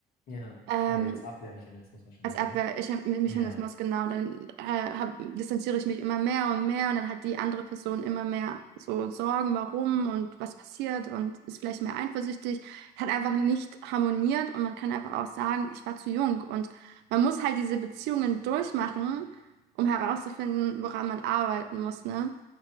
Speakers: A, on the left (about 65°); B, on the right (about 85°).
A: ja.
B: Ähm,
A: Als Abwehrmechanismus wahrscheinlich,
B: als Abwehrmechanismus,
A: oder? Ja,
B: genau. Dann äh, hab, distanziere ich mich immer mehr und mehr und dann hat die andere Person immer mehr so Sorgen, warum und was passiert und ist vielleicht mehr eifersüchtig. Hat einfach nicht harmoniert und man kann einfach auch sagen, ich war zu jung und man muss halt diese Beziehungen durchmachen, um herauszufinden, woran man arbeiten muss, ne?